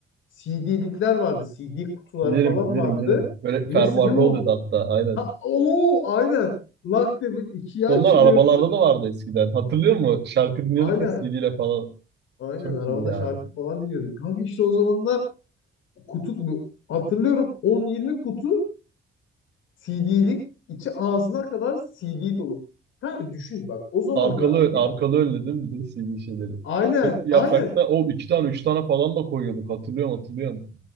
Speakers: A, on the left (about 80°); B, on the right (about 60°).
A: CD'likler vardı. CD kutuları
B: Bilirim,
A: falan
B: bilirim,
A: vardı.
B: bilirim. Böyle
A: Bilirsin
B: fermuarlı
A: değil mi?
B: oluyordu
A: onu?
B: hatta, aynen.
A: Ha, oo, aynen. Lak bir ikiye
B: Onlar
A: açılıyordu.
B: arabalarda da vardı eskiden. Hatırlıyor musun? Şarkı dinliyorduk
A: Aynen.
B: ya CD ile falan.
A: Aynen
B: Çok
A: arabada
B: iyi ya.
A: şarkı falan dinliyorduk. Kanka işte o zamanlar kutu bu. Hatırlıyorum 10-20 kutu CD'lik içi ağzına kadar CD dolu. Kanka düşün bak o zamanlar
B: Arkalı, ön- arkalı önlü değil mi? Bir de CD şeyleri.
A: aynen
B: Tek bir
A: aynen
B: yaprakta o iki tane, üç tane falan da koyuyorduk. Hatırlıyorum, hatırlıyorum.